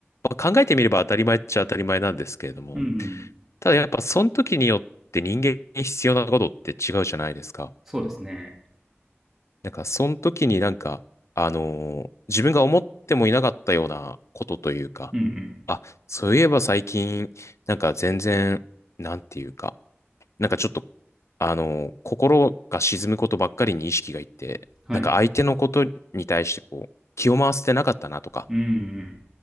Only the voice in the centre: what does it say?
うん。うんうん。
そうですね。
うんうん。
はい。
うんうん。